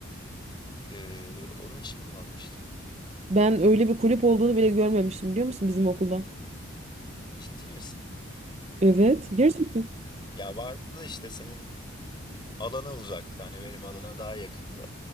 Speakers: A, on the left (about 20°); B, on the right (about 30°).
A: Ee, onun için kullanmıştım.
B: Ben öyle bir kulüp olduğunu bile görmemiştim biliyor musun bizim okulda?
A: Ciddi misin?
B: Evet, gerçekten.
A: Ya vardı da işte senin alana uzaktı hani benim alana daha yakındı.